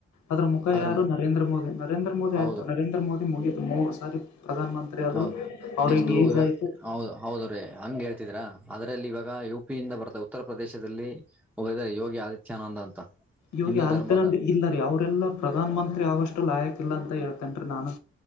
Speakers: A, on the left (about 75°); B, in the centre.
A: ಅದ್ರ ಮುಖ
B: ಆದ್ರ
A: ಯಾರು ನರೇಂದ್ರ ಮೋದಿ ನರೇಂದ್ರ ಮೋದಿ
B: ಹೌದು
A: ಆಯ್ತು ನರೇಂದ್ರ ಮೋದಿ ಮುಗತು ಮೂರು ಸಾರಿ ಪ್ರಧಾನ ಮಂತ್ರಿ ಆದ್ರು
B: ಹೌದು
A: ಅವ್ರಿಗೆ
B: ನೆಕ್ಸ್ಟ್ು
A: ಏಜ್
B: ಇವಾಗ
A: ಆಯ್ತು
B: ಹೌದು ಹೌದು ರೀ ಹಂಗಗೆ ಹೇಳ್ತಿದ್ರಾ ಆದ್ರ ಲ್ಲಿ ಇವಾಗ ಯು ಪಿ ಇಂದ ಬರ್ತ ಉತ್ತರ ಪ್ರದೇಶದಲ್ಲಿ ಒಬ್ಬರುಾರೆ ಯೋಗಿ ಆದಿತ್ಯಾನಂದ್ ಅಂತ
A: ಯೋಗಿ
B: ಹಿಂದೂ
A: ಆದಿತ್ಯನಾಂದ್
B: ಧರ್ಮದ
A: ಇಲ್ಲ ರೀ ಅವರೆಲ್ಲ ಪ್ರಧನ್ ಮಂತ್ರಿ ಆಗಷ್ಟು ಲಾಯಕಿಲ್ಲ ಅಂತ ಹೇಳ ನ್ ನಾನು